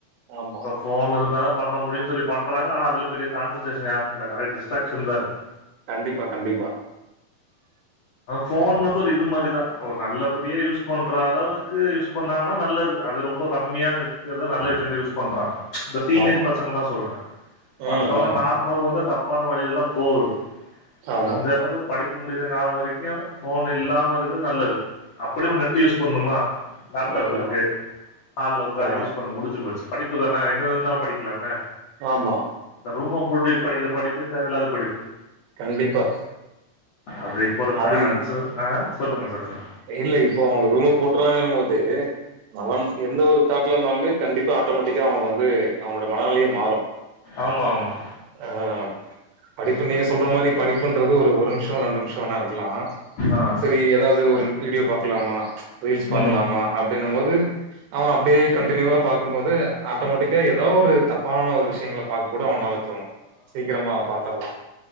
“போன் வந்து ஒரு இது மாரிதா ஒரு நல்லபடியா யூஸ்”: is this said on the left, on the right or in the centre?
Left